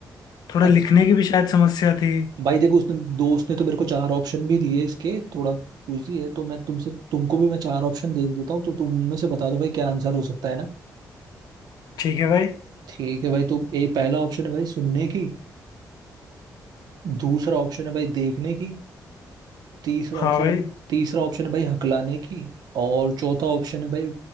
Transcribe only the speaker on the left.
थोड़ा
लिखने की भी शायद समस्या थी
ठीक है भाई
हाँ
भाई